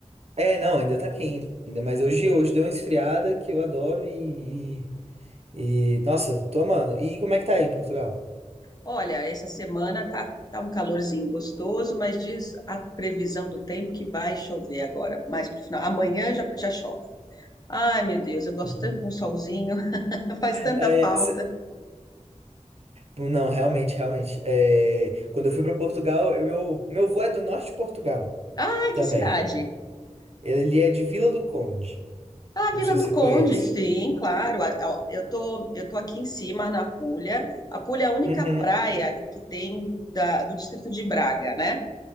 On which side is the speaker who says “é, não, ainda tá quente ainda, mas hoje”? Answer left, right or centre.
Right